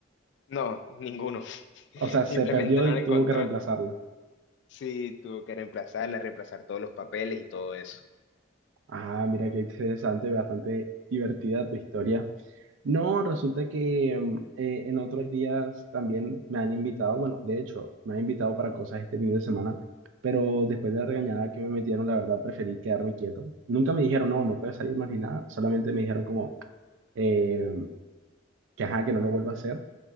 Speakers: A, on the left (about 65°); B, on the right (about 80°).
A: No, ninguno. <laughs>
B: O sea, se
A: Simplemente
B: perdió
A: no
B: y
A: la encontró.
B: tuvo que reemplazarla.
A: Sí, tuvo que reemplazarla, reemplazar todos los papeles y todo eso.
B: Ah, mira qué interesante, bastante divertida tu historia. No, resulta que mm, eh, en otros días también me han invitado, bueno, de hecho, me han invitado para cosas este fin de semana, pero después de la regañada que me metieron, la verdad preferí quedarme quieto. Nunca me dijeron, no, no puedes salir más ni nada, solamente me dijeron como eh, que ajá, que no lo vuelva a hacer.